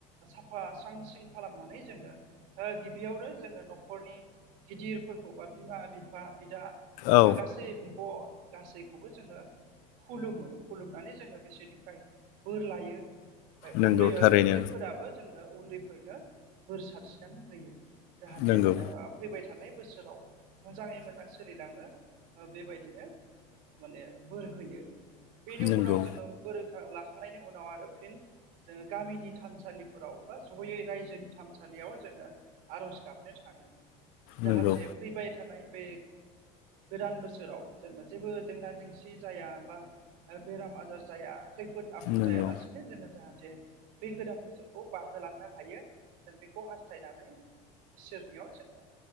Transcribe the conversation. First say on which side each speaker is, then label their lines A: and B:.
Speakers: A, on the right; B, on the left.
A: साफा स्रां स्रिं खालामनानै जोङो ओ गिबियावनो जोङो न'खरनि गिदिरफोरखौ बा बिमा बि फा बिदा
B: औ
A: गासै बिब' गासैखौबो जोङो खुलुमो खुलुमनानै जोङो बिसोरनिफ्राय बोर लायो। ओमफ्राय
B: नंगौ
A: उन्दै
B: थारैनो
A: ओ गिदिरफोराबो जोंनो उन्दैफोरनो बोर सारस्रिनानै होयो। जाहाथे
B: नंगौ
A: ओ फैबाय थानाय बोसोराव मोजाङै मोजां सोलिलाङो ओ बेबायदिनो माने बोर होयो। बेनि
B: नंगौ
A: उनाव जोङो बोरै बोर लाखांनायनि उनाव आरो फिन जोङो गामिनि थानसालिफोराव बा जयै रायजोनि थानसालियाव जोङो आर'ज गाबनो था ङो जाहाथे
B: नंगौ
A: फैबाय थानाय बे गोदान बोसोराव जोङो जेबो जेंना जेंसि जाया बा बेराम आजार जाया खैफोद आफोद
B: नंगौ
A: जायालासिनो जोङो जाहाथे जे बे गोदान बोसोरखौ बारहोलांनो हायो जों बेखौ हास्थायनानै इसोरनियाव जोङो